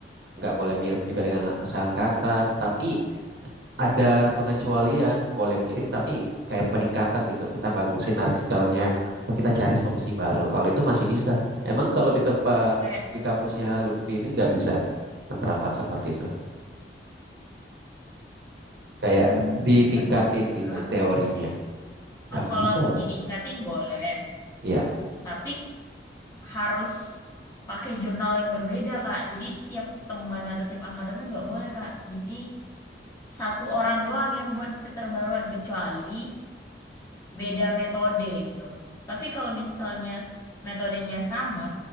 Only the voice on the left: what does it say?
Hmm.
Kayak
mm,
nggak bisa sih
Kak.
Oh kalau
ditingkatin boleh,
tapi harus pakai jurnal yang berbeda Kak. Jadi tiap teman atau tiap angkatan itu nggak boleh Kak. Jadi satu orang doang yang buat keterbaruan kecuali beda metode gitu. Tapi kalau misalnya metodenya sama,